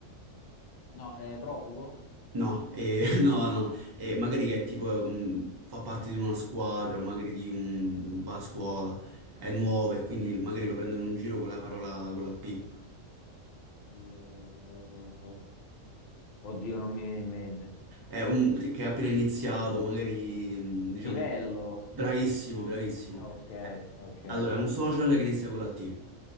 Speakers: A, on the left (about 55°); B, on the right (about 25°).
A: No, è profugo?
B: No, eh, <laughs> no, no, eh, magari che tipo mh, fa parte di una squadra o magari di un, va a scuola, è nuovo e quindi magari lo prendono in giro con la parola con la P.
A: Mm, Oddio, non mi viene in mente.
B: È un, che ha appena iniziato, magari mh, diciamo
A: Livello,
B: bravissimo, bravissimo.
A: Ok,
B: Eh,
A: ok.
B: Allora, è un social che inizia con la T.